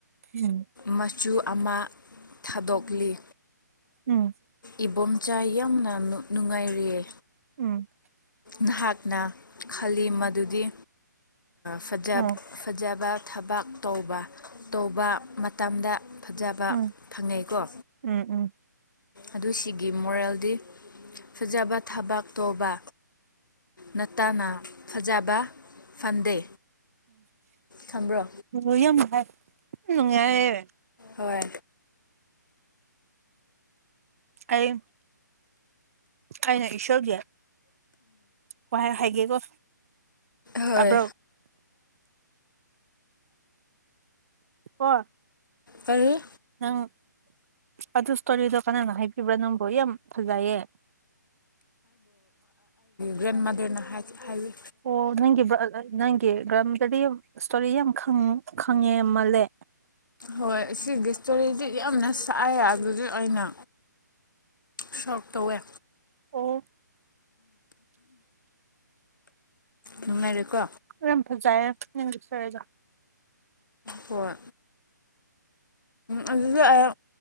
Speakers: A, on the right; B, on the left.
A: ꯎꯝ
B: ꯃꯆꯨ ꯑꯃ ꯊꯥꯗꯣꯛꯂꯤ
A: ꯎꯝ
B: ꯏꯝ ꯆꯥꯏ ꯌꯥꯝꯅ ꯅꯨꯡꯉꯥꯏꯔꯤꯑꯌꯦ
A: ꯎꯝ
B: ꯅꯍꯥꯛꯅ ꯈꯜꯂꯤ ꯃꯗꯨꯗꯤ ꯐꯖꯥ
A: ꯎꯝ
B: ꯐꯖꯥꯕꯥꯛ ꯊꯕꯛ ꯇꯧꯕ ꯇꯧꯕ ꯃꯇꯝꯗ ꯐꯖꯕ
A: ꯎꯝ
B: ꯐꯪꯉꯦꯀꯣ
A: ꯎꯝ ꯎꯝ
B: ꯑꯗꯨ ꯁꯤꯒꯤ ꯃꯣꯔꯦꯜꯗꯤ ꯐꯖꯕ ꯊꯕꯛ ꯇꯧꯕ ꯅꯠꯇꯥꯅ ꯐꯖꯕ ꯐꯪꯗꯦ ꯈꯪꯕ꯭ꯔꯣ?
A: ꯎꯝ ꯌꯥꯝ ꯍꯥꯏ ꯎ ꯌꯥꯑꯌꯦ
B: ꯍꯣꯏ
A: ꯑꯩ ꯑꯩꯅ ꯏꯁꯣꯔꯒꯤ ꯋꯥ ꯍꯥꯏꯒꯦꯀꯣ
B: ꯍꯣꯏ
A: ꯇꯥꯕ꯭ꯔꯣ ꯑ ꯀꯣ
B: ꯀꯔꯤ?
A: ꯅꯪ ꯑꯗꯨ ꯏꯁꯇꯣꯔꯤꯗꯣ ꯀꯅꯥꯅ ꯍꯥꯏꯕꯤꯕ꯭ꯔꯥ ꯅꯪꯕꯨ ꯌꯥꯝ ꯐꯖꯩꯌꯦ
B: ꯭ꯔꯦꯟ ꯃꯗꯅ ꯍꯥꯏ ꯍꯥꯏ
A: ꯑꯣ ꯅꯪꯒꯤ ꯅꯪꯒꯤ ꯒꯃꯗꯗꯤ ꯏꯁꯇꯣꯔꯤ ꯌꯥꯝ ꯈꯪꯉꯦ ꯃꯥꯜꯂꯦ
B: ꯍꯣꯏ ꯁꯤꯒꯤ ꯏꯁꯇꯣꯔꯤꯁꯤ ꯌꯥꯝꯅ ꯁꯥꯏꯌꯦ ꯑꯗꯨꯒꯤ ꯑꯩꯅ ꯁꯞ ꯇꯧꯋꯦ
A: ꯑꯣ
B: ꯅꯨꯡꯉꯥꯏꯔꯦꯀꯣ
A: ꯌꯥꯝꯝ ꯐꯖꯩꯌꯦ ꯅꯪꯒꯤ ꯏꯁꯇꯣꯔꯤꯗꯣ
B: ꯍꯣꯏ ꯑꯗꯨꯗꯤ ꯑꯩ